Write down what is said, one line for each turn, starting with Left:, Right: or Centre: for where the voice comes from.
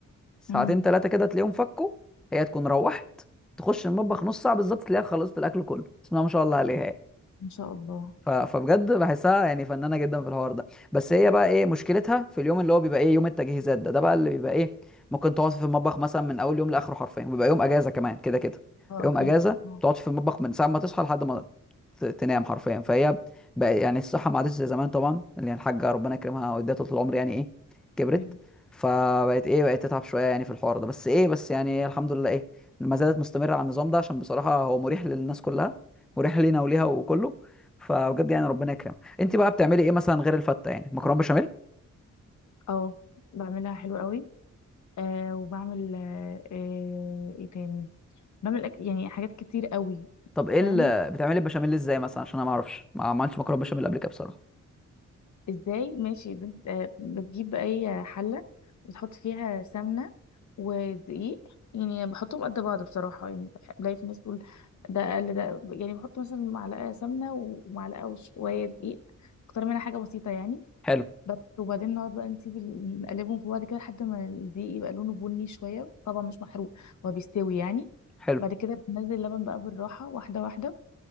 Centre: ساعتين
Left: امم
Centre: ثلاثه كده تلاقيهم فكوا هي تكون روحت تخش المطبخ نص ساعه بالظبط تلاقيها خلصت الاكل كله بسم الله ما شاء الله عليها
Left: ان شاء الله
Centre: ف- فبجد بحسها يعني فنانه جدا في الحوار ده بس هي بقى ايه مشكلتها في اليوم اللي هو بيبقى ايه يوم التجهيزات ده ده بقى اللي بيبقى ايه ممكن تقعد في المطبخ مثلا من اول يوم لاخره حرفيا وبيبقى يوم اجازه كمان كده كده
Left: اه
Centre: يوم
Left: اكيد
Centre: اجازه
Left: اه
Centre: تقعد في المطبخ من ساعه ما تصحى لحد ما ت- تنام حرفيا فهي بقى يعني الصحه ما عادتش زي زمان طبعا اللي هي الحاجه ربنا يكرمها واديها طول العمر يعني ايه كبرت
Left: ايوه
Centre: فبقت ايه بقت تتعب شويه يعني في الحوار ده بس ايه بس يعني الحمد لله ايه ما زالت مستمره على النظام ده عشان بصراحه هو مريح للناس كلها مريح لينا وليها وكله فبجد يعني ربنا يكرمك انت بقى بتعملي ايه مثلا غير الفته يعني مكرونه بشاميل
Left: اه بعملها حلو قوي آه وبعمل آه آه، ايه تاني بعمل أك... يعني حاجات كتير قوي
Centre: طب ايه
Left: فاهم
Centre: اللي بتعملي البشاميل ازاي مثلا عشان انا ما اعرفش ما عملتش مكرونه بشاميل قبل كده بصراحه
Left: ازاي ماشي بت- آه، بتجيب اي حله وتحط فيها سمنه ودقيق يعني بحطهم قد بعض بصراحه يعني بح- بلاقي في ناس بتقول ده اقل ده يعني بحط مثلا معلقه سمنه ومعلقه وشويه دقيق اكتر منها حاجه بسيطه يعني
Centre: حلو
Left: بس وبعدين نقعد بقى نسيب ال- نقلبهم في بعض كده لحد ما الدقيق يبقى لونه بني شويه طبعا مش محروق هو بيستوي يعني
Centre: حلو
Left: بعد كده بننزل اللبن بقى بالراحه واحده واحده